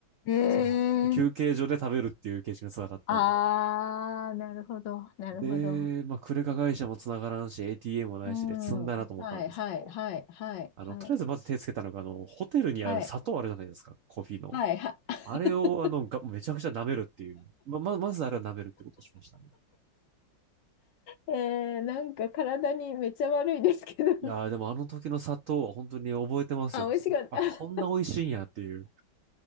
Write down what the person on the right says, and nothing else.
その、休憩所で食べるっていう形式のツアーだったんで、
で、まあ、クレカ会社もつながらんし、ATM もないしで積んだなと思ったんですけど、
あの、とりあえずまず手つけたのが、あの、ホテルにある砂糖あるじゃないですか、
コーヒーの。
あれを、あの、が、めちゃくちゃ舐めるっていう。ま、ま、まずあれは舐めるってことをしましたね。
いやー、でもあの時の砂糖は本当に覚えてますよ。
あ、こんな美味しいんやっていう。